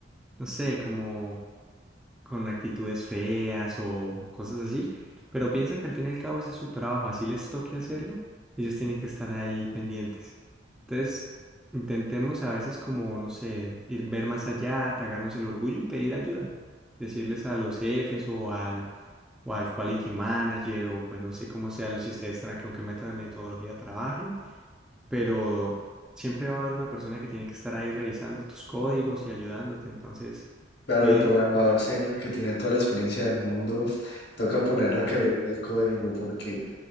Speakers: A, in the centre; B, on the left.
A: no sé, como con actitudes feas o cosas así, pero piensa que al fin y al cabo ese es su trabajo, así les toque hacerlo, ellos tienen que estar ahí pendientes. Entonces, intentemos a veces como, no sé, ir ver más allá, tragarnos el orgullo y pedir ayuda. Decirles a los jefes o al o al quality manager, o pues no sé cómo sea, si ustedes tra- con qué meta- de metodología trabajen, pero siempre va a haber una persona que tiene que estar ahí revisando tus códigos y ayudándote, entonces
B: Claro,
A: pide
B: el programador
A: mu-
B: senior que tiene toda la experiencia del mundo, toca ponerlo
A: Ah,
B: a que revise el código porque